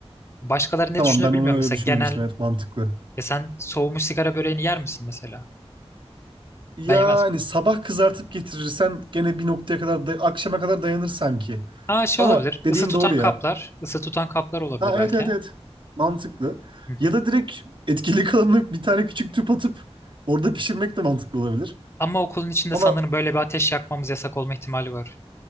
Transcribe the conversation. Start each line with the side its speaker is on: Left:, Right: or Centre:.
Left: Başkaları
Right: Tamam
Left: ne düşünür
Right: ben
Left: bilmiyorum.
Right: onu öyle
Left: Mesela
Right: düşünmemiştim.
Left: genel
Right: Evet mantıklı.
Left: ya sen soğumuş sigara böreğini yer misin mesela?
Right: Yani
Left: Ben yemez
Right: sabah kızartıp getirirsen gene bir noktaya kadar da- akşama kadar dayanır sanki.
Left: Aa şey
Right: Ama
Left: olabilir.
Right: dediğin
Left: Isı tutan
Right: doğru ya.
Left: kaplar. Isı tutan kaplar olabilir
Right: Ha,
Left: belki.
Right: evet evet
Left: ha.
Right: evet. Mantıklı.
Left: Hı hı.
Right: Ya da direkt etkili <laughs> kalanını bir tane küçük tüp atıp orada pişirmek de mantıklı olabilir.
Left: Ama okulun içinde
Right: Ama
Left: sanırım böyle bir ateş yakmamız yasak olma ihtimali var.